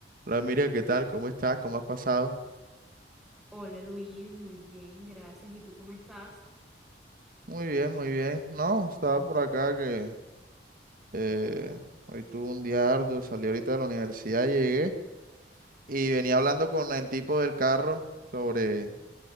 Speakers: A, on the right (about 50°); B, in the centre.
A: Hola Miriam, ¿qué tal? ¿Cómo estás? ¿Cómo has pasado?
B: Hola Luis, muy bien, gracias. ¿Y tú cómo estás?
A: Muy bien, muy bien. No, estaba por acá que eh, hoy tuve un día arduo, salí ahorita de la universidad, llegué y venía hablando con el tipo del carro sobre